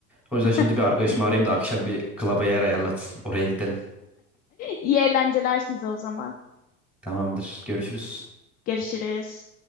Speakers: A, in the centre; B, on the left.
A: O yüzden
B: <laughs>
A: şimdi bir arkadaşımı arayayım da akşam bir klaba yer ayarlatsın. Oraya gidelim.
B: İyi eğlenceler size o zaman.
A: Tamamdır. Görüşürüz.
B: Görüşürüz.